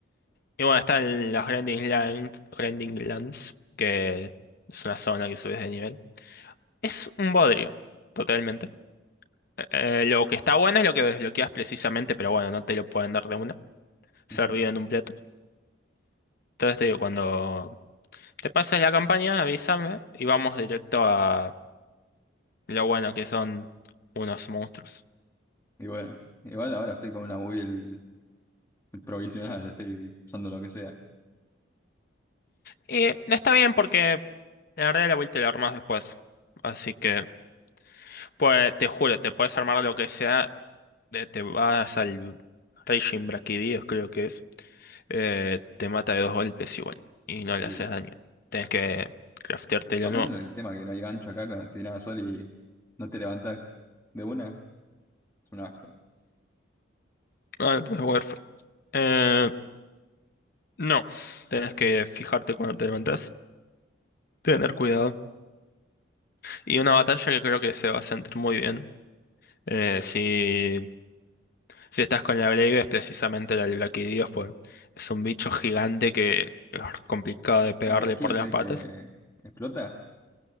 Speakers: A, on the left; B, on the left.
A: y bueno, están las Grinding Lands, Grinding Lands, que es una zona que subes de nivel. Es un bodrio, totalmente. Eh, lo que está bueno es lo que desbloqueas precisamente, pero bueno, no te lo pueden dar de una, servido
B: Ujú.
A: en un plato. Entonces te digo, cuando te pases la campaña, avísame y vamos directo a lo bueno que son unos monstruos.
B: Igual, igual ahora estoy con una build provisional, estoy usando lo que sea.
A: Y está bien porque la verdad la vuelta la armas después. Así que, pues, te juro, te puedes armar lo que sea, eh, te vas al Raging Brachidios, creo que es, eh, te mata de dos golpes igual y no le
B: Sí.
A: haces daño. Tienes que crafteártelo
B: También
A: nuevo.
B: el tema que no hay gancho acá cuando te tirás sol y no te levantás de una, es un asco.
A: Ah, entonces, bueno, Eh, no, tenés que fijarte cuando te levantás, tener cuidado. Y una batalla que creo que se va a sentir muy bien. eh, si, si estás con la Glaive, es precisamente la del Blaquidios, pues es un bicho gigante que es complicado de pegarle
B: Ah, pero aquí
A: por
B: es
A: las
B: el
A: patas.
B: que explota.